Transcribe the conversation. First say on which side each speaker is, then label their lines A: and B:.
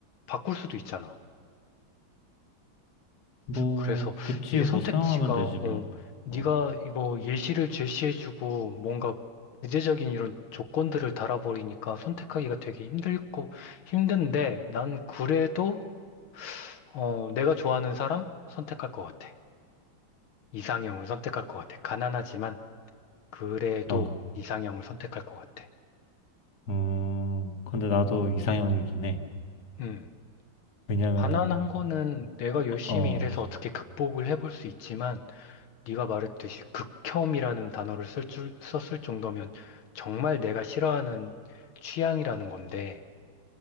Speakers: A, on the left; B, on the left.
A: 바꿀 수도 있잖아.
B: 뭐,
A: 그래서
B: 그치,
A: 이게
B: 뭐,
A: 선택지가
B: 소용하면
A: 어,
B: 되지, 뭐.
A: 네가
B: 어,
A: 이거 예시를 제시해주고 뭔가 구체적인 이런 조건들을 달아버리니까 선택하기가 되게 힘들고 힘든데 난 그래도 어, 내가 좋아하는 사람 선택할 것 같아. 이상형을 선택할 것 같아. 가난하지만 그래도
B: 아,
A: 이상형을 선택할 것 같아.
B: 음, 근데 나도 이상형이긴 해.
A: 음.
B: 왜냐면은
A: 가난한 거는 내가 열심히
B: 어,
A: 일해서 어떻게 극복을 해볼 수 있지만 네가 말했듯이 극혐이라는 단어를 쓸 줄, 썼을 정도면 정말 내가 싫어하는 취향이라는 건데,